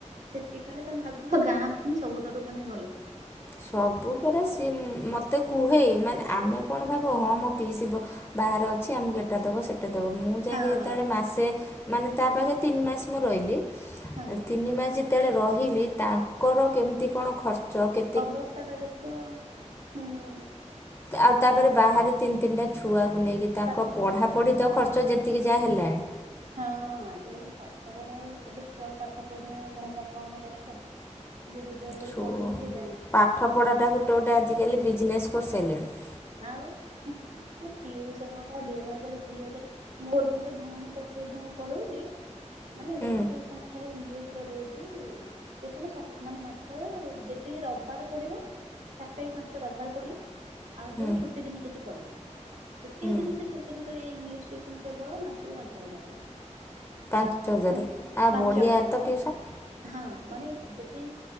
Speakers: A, on the right; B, on the left.
A: ସେତିକିବେଳେ ତମେ ଭାବିବ ଗାଁ ଭୁହିଁ ସବୁଠାରୁ ମାନେ ଭଲ।
B: ସବୁ ପରା ସିଏ ମତେ କୁହେ। ମାନେ ଆମେ କଣ ଭାବୁ ହଁ ମୋ ପିଇସୀ ବ ବାହାରେ ଅଛି ଆମକୁ ଏଟା ଦବ ସେ ଟା ଦବ। ମୁଁ ଯାଇଙ୍କି
A: ହଁ
B: ଯେତେବେଳେ ମାସେ ମାନେ ତା ପାଖେ ତିନି ମାସ ମୁଁ ରଇଲି।
A: ହଁ
B: ତିନି ମାସ ଯେତେବେଳେ ରହିଲି ତାଙ୍କର କେମିତି କଣ ଖର୍ଚ। କେ
A: ଅବସ୍ଥା ଟା ଦେଖିବ ହୁଁ
B: ଆଉ ତାପରେ ବାହାରେ ତିନି ତିନିଟା ଛୁଆକୁ ନେଇକି ତାଙ୍କ
A: ପାଠ ପଢିବା
B: ପଢା
A: ହଁ
B: ପଢି ତ ଖ ର୍ଚ୍ଚ ଯେତିକି ଯାହା ହେଲାଣି
A: ହଁ ଆଜିକାଲି ପାଠ ପଢା ହଉ ଛୁଆକୁ ପାଠ ପଢେଇଆ ଯାହା କମ କଷ୍ଟ ଯିଏ ରୋଜଗାର କରି
B: ଛୁ
A: ପଢଉଛି ସେ ଜାଣିଛି
B: ପାଠ ପଢ଼ାଟା ଗୋଟେ ଗୋଟେ ଆଜିକାଲି ବିଜନେସ୍ କରିସାରିଲେଣି
A: ଆଉ ହୁଁ ଟିଉସନ ଗୋଟା ଦେଢ ହଜାର ଦି ହଜାର ମୋର ଗୋଟେ ଭଉଣୀ ତା ପୁଅ ଝିଅ କୁ ପଢ଼ନେଇ ମାନେ
B: ହୁଁ
A: ଗୋଟେ ଟିଉସନ୍ ଖାଲି ଇଂଗି୍ଲିଶ ଦଉଚି ଯେତେବେଳେ ସପ୍ ମାନେ ମାସରେ ଯେତିକି ରବିବାର ପଡିବ ଚାରିଟା କି ପାଞ୍ଚଟା ରବିବାର ପଡ଼ିଲା ଆଉ
B: ହୁଁ
A: ଯୋଉ ଛୁଟି ଦିନ ଯଦି ପଡ଼ିଲା ସେତିକି
B: ହୁଁ
A: ଦିନି ସେ ଟି ସେତ ଏଇ ଇଂଗି୍ଲିଶ ଟିଉସନ୍ କେବଳ ମାସ କୁ ପାଞ୍ଚ ହଜାର ଟଙ୍କା
B: <inaudible> ପାଞ୍ଚ ହଜାର
A: ମାନେ
B: ଆ
A: ପାଞ୍ଚ
B: ବଢ଼ିଆ
A: ହଜାର
B: ତ ଟିଉସନ୍
A: ହଁ ୱାନେ ଯଦି